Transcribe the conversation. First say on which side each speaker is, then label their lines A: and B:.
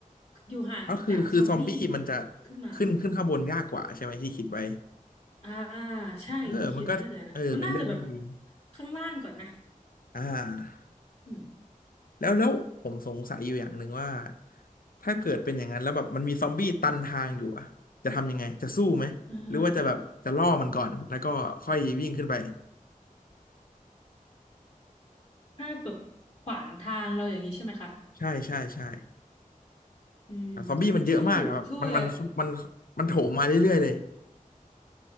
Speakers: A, on the left (about 45°); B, on the left (about 80°).
A: อยู่ห่างจากซอมบี้
B: ก็คือคือซอมบี้มันจะ
A: ขึ้นมา
B: ขึ้นขึ้นข้างบนยากกว่าใช่ไหมที่คิดไว้
A: อ่าใช่ที่คิดไว้น่าจะนะมันน่าจะแบบ
B: เออมันก็เออเป็นเรื่องที่ดี
A: ข้างล่างก่อนนะ
B: อ่า
A: อืม
B: แล้วแล้วผมสงสัยอยู่อย่างหนึ่งว่าถ้าเกิดเป็นอย่างนั้นแล้วแบบมันมีซอมบี้ตันทางอยู่อะจะทำยังไงจะสู้ไหมหรือว่าจะแบบจะล่อมันก่อนแล้วก็ค่อยวิ่งขึ้นไป
A: อ่าถ้าแบบขวางทางเราอย่างนี้ใช่ไหมคะ
B: ใช่ใช่ใช่
A: อืม
B: แบบซอมบี้มันเยอะมากอะแบบมันมันมัน
A: สู้ สู้เลย
B: มันโถมมาเรื่อยๆเลย